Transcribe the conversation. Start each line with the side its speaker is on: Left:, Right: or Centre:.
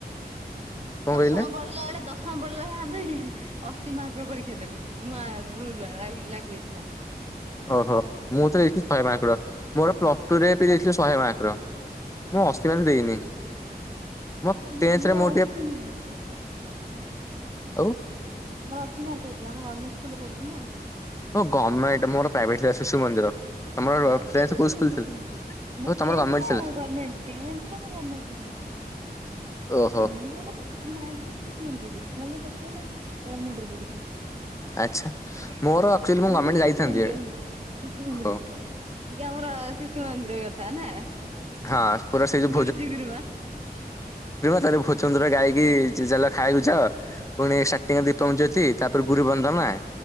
Left: କଣ
Right: ଦଶମ
Left: କହିଲେ
Right: ବଢିଲା ବେଳେ ଦଶ <unintelligible> ଅଶୀ ମାର୍କର ପରୀକ୍ଷା ଦେଲୁ ନୂଆ ରୁଲ ଲାଗୁ ହେଇଥିଲା।
Left: ଓହୋ ମୁଁ ତରେ ଏଠି ଶହେ ମାର୍କର ମୋର ପ୍ଲସ ଟୁ ରେ ବି ଦେଇଥିଲି ଶହେ ମାର୍କର ମୁଁ ଅଶି ମାର୍କ ଦେଇନି।
Right: କିନ୍ତୁ
Left: ମୋ ଟେନ୍ଥ
Right: ଆମର
Left: ରେ ମୋର
Right: ଅଶି
Left: ଟିକେ
Right: ନୁହଁ
Left: ଆଉ
Right: ମୋର ଅଶୀ ମାର୍କ ରହିଥିଲା ଆମ ଗମେଣ୍ଟ ସ୍ ସ୍କୁଲ ରେ ପଢୁଥୁଲୁନା।
Left: ଓ ଗମେଣ୍ଟ ମୋର ପ୍ରାଇଭେଟ ଥିଲା ଶଶୁ ମନ୍ଦିର। ତମର
Right: ମୋର ବିତ
Left: ଟେନ୍ଥ
Right: ଶିଶୁମନ୍ଦିର
Left: କୋଉ ସ୍କୁଲ
Right: ଥିଲା ମୋର
Left: ଓ ତମର
Right: ଟେନଥରେ
Left: ଗମେଣ୍ଟ ଥିଲା
Right: ଗରମେଣ୍ଟ ଟେନଥରେ ମୁଁ ଗମେଣ୍ଟ କେବଳ ପଢିଛି।
Left: ଓହୋ
Right: ମୁଁ ଯାହା ନାଇନଥ ଯାଏ ଶିଶୁମନ୍ଦିରରେ ପଢିଛି ଖାଲି ଦଶ ମଟା ଗମେଣ୍ଟ ରେ ପଡିଛି।
Left: ଆଚ୍ଛା ମୋର ଆକଚୁଆଲି ମୁଁ ଗମେଣ୍ଟ
Right: ବି ଶିଶୁ
Left: ଯାଇଥାନ୍ତି
Right: ମନ୍ଦିର ଶିଶୁ ମନ୍ଦିର
Left: ହଉ।
Right: ଟିକେ ଆମର ଶିଶୁ ମନ୍ଦିର କଥା ନା
Left: ହଁ ପୁରା ସେଇ ଯୋଉ
Right: ଗୁରୁଜୀ ଗୁରୁମା।
Left: ତାର ଭୋଚୁନ୍ଦର ଗାଇକି ଚାଲ ଖାଇବାକୁ ଯ ପୁଣି ସାର୍ଟିଂରେ ଦୀପଙ୍ଗ ଜ୍ୟୋତି। ତାପରେ ଗୁରୁବନ୍ଧନା।